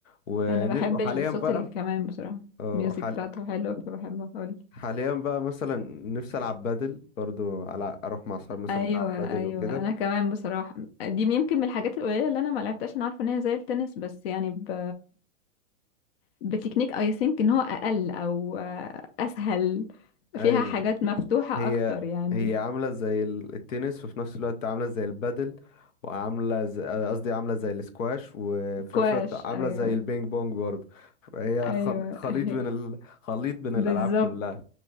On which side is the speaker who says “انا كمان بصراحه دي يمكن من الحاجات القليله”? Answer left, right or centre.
Left